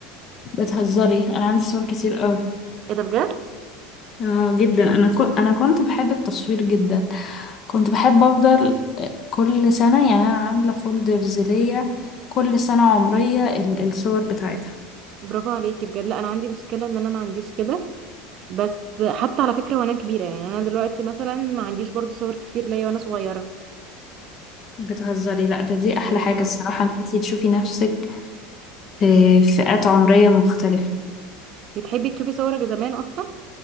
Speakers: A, on the left (about 45°); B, on the right (about 50°).
A: بتهزري انا عندي صور كتير قوي
B: ايه ده بجد؟
A: اه جدا انا كو... انا كنت بحب التصوير جدا كنت بحب افضل كل سنه يعني انا عامله فولدرز ليا كل سنه عمريه ال- الصور بتاعتها
B: برافو عليكي بجد لا انا عندي مشكلة ان انا ما عنديش كده بس حتى على فكرة وانا كبيرة يعني انا دلوقتي مثلا ما عنديش برضو صور كتير ليا وانا صغيرة
A: بتهزري لا ده دي احلى
B: بالظبط
A: حاجه الصراحه ان انتي تشوفي نفسك في فئات عمرية مختلفة
B: بتحبي تشوفي صورك زمان اصلا؟